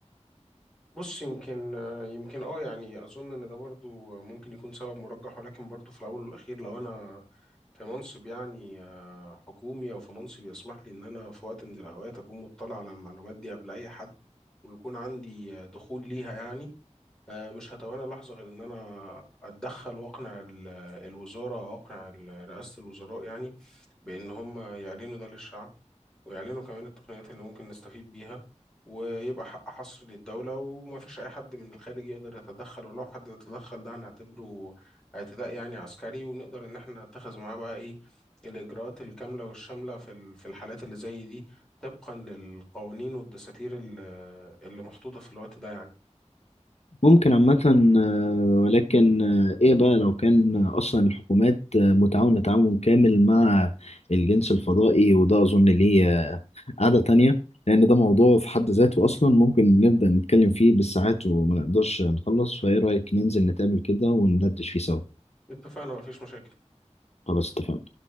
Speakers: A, in the centre; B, on the left.
A: بص يمكن يمكن اه يعني اظن ان ده برضو ممكن يكون سبب مرجح ولكن برضو في الاول والاخير لو انا في منصب يعني آه، حكومي او في منصب يسمح لي ان انا في وقت من الاوقات اكون مطلع على المعلومات دي قبل اي حد ويكون عندي آه، دخول ليها يعني آه، مش هتوانى لحظة غير ان انا اتدخل واقنع ال- الوزارة او اقنع ال- رئاسة الوزراء يعني بان هم يعلنوا ده للشعب ويعلنوا كمان التقنيات اللي ممكن نستفيد بيها ويبقى حق حصر للدولة وما فيش أي حد من الخارج يقدر يتدخل ولو حد تدخل ده هنعتبره اعتداء يعني عسكري ونقدر إن احنا نتخذ معاه بقى إيه الإجراءات الكاملة والشاملة في ال- في الحالات اللي زي دي طبقا للقوانين والدساتير ال- اللي محطوطة في الوقت ده يعني
B: ممكن عامة آه، ولكن آه، إيه بقى لو كان أصلا الحكومات آه، متعاونة تعاون كامل مع الجنس الفضائي وده أظن ليه آه، قعدة تانية لأن ده موضوع في حد ذاته أصلا ممكن نبدأ نتكلم فيه بالساعات وما نقدرش نخلص فإيه رأيك ننزل نتقابل كده وندردش فيه سوا
A: اتفقنا مفيش مشاكل
B: خلاص اتفقنا